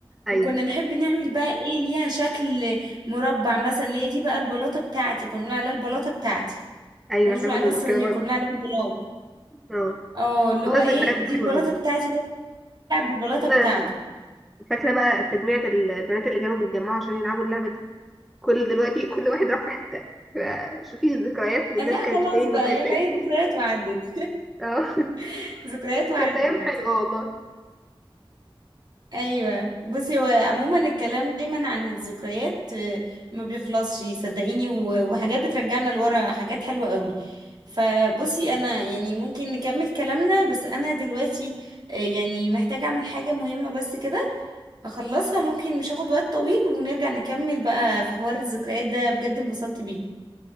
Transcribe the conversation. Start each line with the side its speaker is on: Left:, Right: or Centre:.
Centre: ايوه
Right: وكنا نحب نعمل بقى ايه ليها شكل مربع مثلا اللي هي دي بقى البلاطه بتاعتي كنا بنقول عليها البلاطه بتاعتي
Centre: ايوه
Right: كنا بنقول
Centre: احنا كنا
Right: عليها
Centre: بنقول
Right: السيراميك
Centre: كده برضه
Right: كنا بنقول عليها البلاط
Centre: اه
Right: اه اللي
Centre: والله
Right: هو ايه
Centre: ذكريات
Right: دي
Centre: حلوه
Right: البلاطه
Centre: قوي
Right: بتاعتي بقى بيلعب بالبلاطه
Centre: كنا
Right: بتاعته
Centre: فاكره بقى تجميعة ال- البنات اللي كانوا بيتجمعوا عشان يلعبوا اللعبه دي كل دلوقتي كل واحد راح في حته ف- شوفي الذكريات والناس
Right: قال لا
Centre: كانت
Right: خلاص
Centre: فين
Right: بقى
Centre: وبقت
Right: يلا
Centre: فين
Right: هي ذكريات وعدت
Centre: <laughs> اه
Right: <laughs> ذكريات وعدت
Centre: كانت ايام حلوه والله
Right: ايوه بصي هو عموما الكلام دايما عن الذكريات آه، ما بيخلصش صدقيني و- وحاجات بترجعنا لورا حاجات حلوه قوي فبصي انا يعني ممكن نكمل كلامنا بس انا دلوقتي آه، يعني محتاجه اعمل حاجه مهمه بس كده اخلصها ممكن مش هاخد وقت طويل ونرجع نكمل بقى في حوار الذكريات ده بجد انبسطت بيه